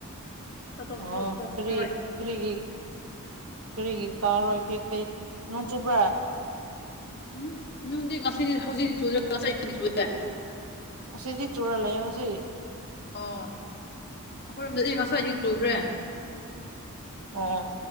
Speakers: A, on the left (about 45°); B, on the right (about 70°).
A: ꯇ
B: ꯑꯣ
A: ꯆꯠ ꯇꯠꯄꯔꯣ
B: ꯀꯔꯤ
A: ꯍꯥꯏꯒꯦ꯫
B: ꯀꯔꯤꯒꯤ ꯀꯔꯤꯒꯤ ꯀꯥꯔꯣꯏ ꯀꯔꯤ ꯀꯩ ꯅꯣꯡ ꯆꯨꯕ꯭ꯔꯥ
A: ꯎꯝ ꯅꯨꯡꯗꯤ ꯉꯁꯤꯗꯤ ꯍꯧꯖꯤꯛꯗꯤ ꯆꯨꯗꯦ ꯉꯥꯏꯗꯤ ꯆꯨꯌꯦ
B: ꯑꯁꯤꯗꯤ ꯆꯨꯔꯥꯂꯩꯌꯦ ꯍꯧꯖꯤꯛꯀꯤ
A: ꯑꯣ ꯑꯩꯈꯣꯏꯔꯣꯝꯗꯗꯤ ꯉꯁꯥꯏ ꯑꯌꯨꯛ ꯆꯨꯈ꯭ꯔꯦ
B: ꯑꯣ